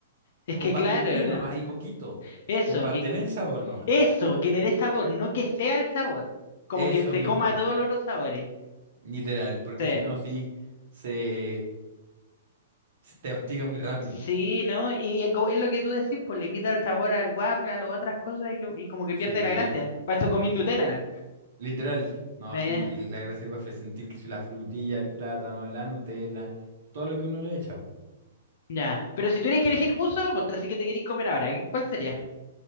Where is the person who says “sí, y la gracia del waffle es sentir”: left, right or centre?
Right